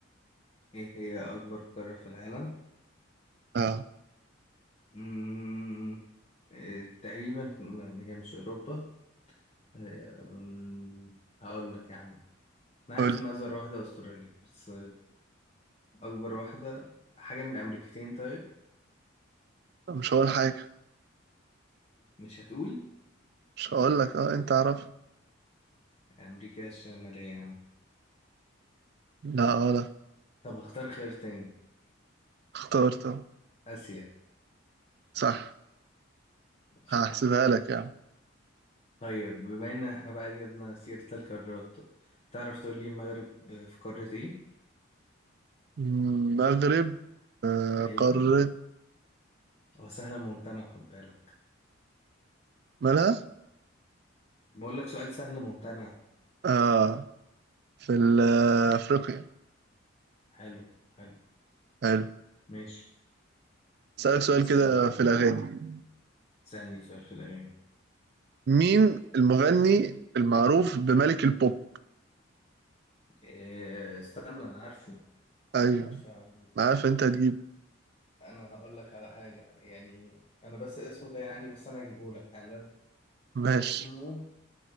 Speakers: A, on the left; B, on the right.
A: إيه هي أكبر قارة في العالم؟
B: اه
A: مم، آه، تقريبا م- هي مش أوروبا هي أم، هقول لك يا عم أنا عارف
B: قول لي.
A: إن أصغر واحدة أستراليا بس أكبر واحدة حاجة من الأمريكتين طيب
B: مش هقول حاجة
A: مش هتقول
B: مش هقول لك اه أنت عارف
A: أمريكا الشمالية يا عم
B: لا غلط
A: طب هختار خيار تاني
B: اخترت أهو.
A: آسيا
B: صح
A: مش
B: هحسبها
A: يا عم
B: لك يا عم
A: طيب بما إن إحنا بقى جبنا سيرة القارات تعرف تقول لي المغرب في قارة إيه؟
B: المغرب آه،
A: أيوه
B: قارة
A: هو سهلة ممتنة خد بالك
B: مالها
A: بقول لك سؤال سهل ممتنع
B: اه في ال- أفريقيا
A: حلو حلو
B: حلو
A: ماشي
B: أسألك سؤال
A: اسألني
B: كده في الأغاني
A: سألني سؤال في الأغاني
B: مين المغني المعروف بملك البوب
A: إيه استنى أنا عارفه
B: ايوه
A: عارفه أعمل إيه.
B: أنا عارف انت هتجيب
A: أنا هقول لك على حاجة يعني أنا بس اسمه ده يعني بس أنا أجيبه لك حالا
B: ماشي
A: اسمه